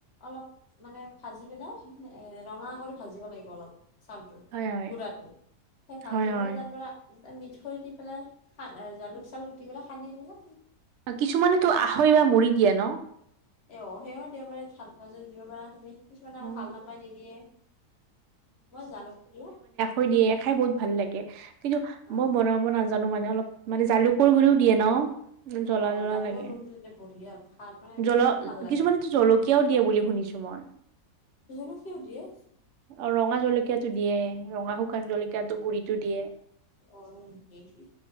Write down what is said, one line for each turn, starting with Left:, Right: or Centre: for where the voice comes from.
Left: অলপ মানে ভাজি পেলাই এ' ৰঙা কৰি ভাজিব লাগিব অলপ চাউলটো
Right: হয় হয়
Left: গুড়াটো সেই ভাজি
Right: হয়
Left: পেলাই
Right: হয়
Left: তাৰ পৰা এ 'মিঠৈ দি পেলাই জালুক -চালুক দি পেলাই সানি পেলা
Right: কিছুমানে তো আখৈ বা মুৰি দিয়ে ন'?
Left: এ'অ সেয়া দেওবাৰে ভাল পোৱা যদি দিব পাৰা তুমি। কিছুমানে
Right: অ
Left: আকৌ ভাল নাপাই নিদিয়ে, মই জালুক দিও
Right: কৈ দিয়ে খাই বহুত ভাল লাগে আহ্ কিন্তু আ
Left: অ
Right: মই বনাব নাজা জানো মানে অলপ মানে জালুকৰ গুৰিও দিয়ে ন জ্বলা
Left: অ অ
Right: জ্বলা
Left: জালুকৰ
Right: লাগে।
Left: গুৰি দিলে বঢ়িয়া ভাল মানে
Right: জলল
Left: বহুত ভাল লাগে
Right: কিছুমানে তো জলকীয়াও দিয়ে বুলি শুনিছো মই
Left: য়নো ফিও দিয়াছ
Right: আৰু ৰঙা জলকীয়াতটো দিয়ে, ৰঙা শুকান জলকীয়াতটো গুৰিটো দিয়ে।
Left: অ সেনেকেই